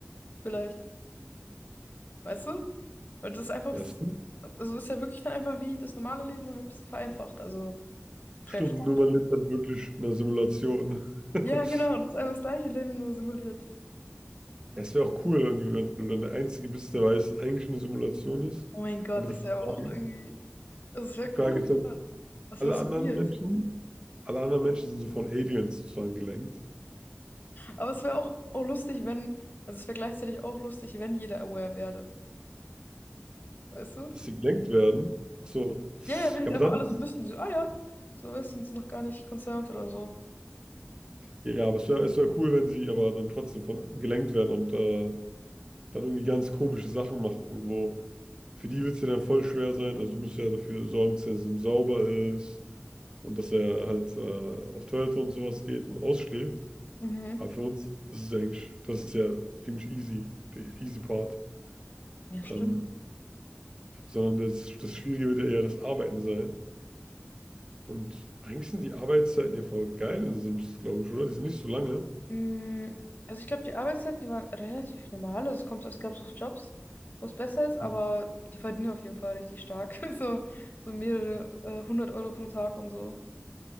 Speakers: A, on the left; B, on the right.
A: vielleicht. Weißt du? Weil das ist einfach,
B: Ja, stimmt,
A: also ist ja wirklich dann einfach wie das normale Leben, nur halt ein bisschen vereinfacht. Also, kleine
B: Stimmt,
A: Stadt.
B: nur man lebt dann wirklich in einer Simulation. <laughs>
A: Ja, genau, das ist einfach das gleiche Leben, nur simuliert.
B: Es wäre auch cool, irgendwie, wenn du dann der Einzige bist, der weiß, dass eigentlich eine Simulation ist.
A: Oh mein Gott,
B: Aber die
A: das wäre aber
B: Frage,
A: auch irgendwie, das wäre
B: die Frage
A: cool.
B: ist, dann
A: Ja. Das
B: alle
A: wäre so
B: anderen
A: weird.
B: Menschen alle anderen Menschen sind so von Aliens sozusagen gelenkt,
A: Aber es wäre auch, auch lustig, wenn, also es wäre gleichzeitig auch lustig, wenn jeder aware werde, Weißt du?
B: dass sie gelenkt werden. Ach so.
A: Ja, ja, wenn es
B: Ja,
A: einfach
B: aber dann,
A: alle so wüssten, so, ah ja, so weißt du, sind sie noch gar nicht concerned oder so.
B: ja, aber es wäre es wär cool, wenn sie aber dann trotzdem von gelenkt werden und äh, dann irgendwie ganz komische Sachen machen, wo für die wird es ja dann voll schwer sein. Also du musst ja dafür sorgen, dass er sauber ist und dass er halt äh, auf Toilette und sowas geht und ausschläft.
A: Mhm.
B: Aber für uns ist es ja eigentlich, das ist ja ziemlich easy, der easy Part.
A: Ja, stimmt.
B: Ähm, sondern das, das Schwierige wird ja eher das Arbeiten sein. Und eigentlich sind die Arbeitszeiten ja voll geil in Sims, glaube ich, oder? Die sind nicht so lange.
A: Mm, Also ich glaube, die Arbeitszeiten, die waren relativ normal. Also es kommt, so, es gab so Jobs, wo es besser ist, aber
B: Mhm.
A: die verdienen auf jeden Fall richtig stark. <laughs> So, so mehrere äh, hundert Euro pro Tag und so,